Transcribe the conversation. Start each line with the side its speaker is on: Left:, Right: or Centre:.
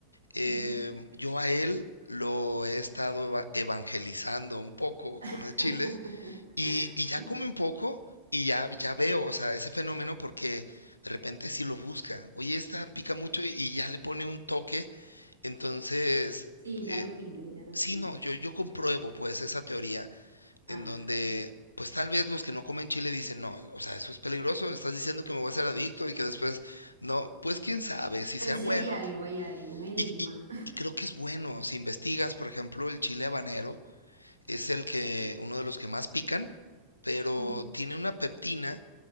Left: eh,
Right: Ujú.
Left: yo a él lo he estado eva- evangelizando un poco
Right: <laughs>
Left: con el chile y, y ya come un poco y ya, ya veo, o sea, ese fenómeno porque de repente si lo busca. Oye, esta pica mucho y, y ya le pone un toque, entonces,
Right: Sí, ya
Left: eh,
Right: lo pide, ya lo
Left: sí,
Right: pide.
Left: no, yo, yo compruebo pues esa teoría en
Right: Ah,
Left: donde, pues tal vez los que no comen chile dicen, no, o sea, eso es peligroso, estás diciendo que me voy a hacer adicto y que después, no, pues quién sabe si
Right: pero
Left: sea
Right: sí
Left: bueno.
Right: hay algo, hay algo, un enigma.
Left: Y, y- y creo que es bueno, si investigas, por ejemplo, el chile habanero es el que, uno de los que más pican, pero
Right: Ujú.
Left: tiene una peptina